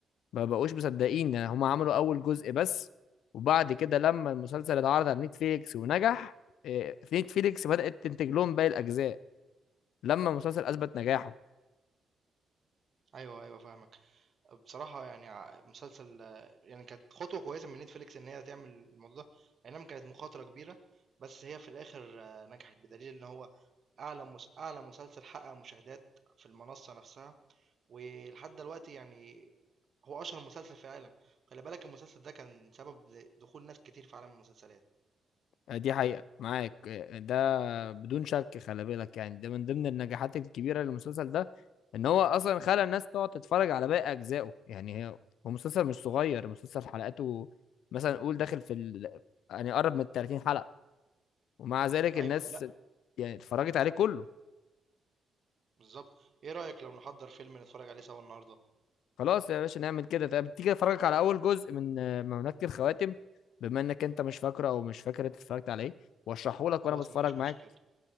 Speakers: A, on the left; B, on the right.
A: ما بقوش مصدقين يعني هما عملوا اول جزء بس وبعد كده لما المسلسل اتعرض على نتفليكس ونجح إيه، في نتفليكس بدأت تنتج لهم باقي الاجزاء لما المسلسل اثبت نجاحه
B: أيوه، أيوه فاهمك. بصراحة يعني ع مسلسل آه، يعني كانت خطوة كويسة من Netflix إن هي تعمل الموضوع ده، أي نعم كانت مخاطرة كبيرة، بس هي في الآخر آه، نجحت بدليل إن هو أعلى مس أعلى مسلسل حقق مشاهدات في المنصة نفسها. ولحد دلوقتي يعني هو اشهر مسلسل في العالم خلي بالك المسلسل ده كان سبب ل- دخول ناس كتير في عالم المسلسلات
A: آه، دي حقيقة معاك آه، ده بدون شك خلي بالك يعني ده من ضمن النجاحات الكبيرة للمسلسل ده ان هو اصلا خلى الناس تقعد تتفرج على باقي اجزائه يعني هي هو مسلسل مش صغير مسلسل حلقاته مثلا قول داخل في ال... يعني قرب من 30 حلقة ومع ذلك
B: ايوه
A: الناس
B: لا
A: يعني اتفرجت عليه كله
B: بالظبط ايه رأيك لو نحضر فيلم نتفرج عليه سوا النهارده
A: خلاص يا باشا نعمل كده طب تيجي افرجك على اول جزء من آه، مملكة الخواتم بما انك انت مش فاكره او مش فاكر انت اتفرجت على ايه واشرحه لك
B: خلاص
A: وانا بتفرج
B: مفيش مشكلة
A: معاك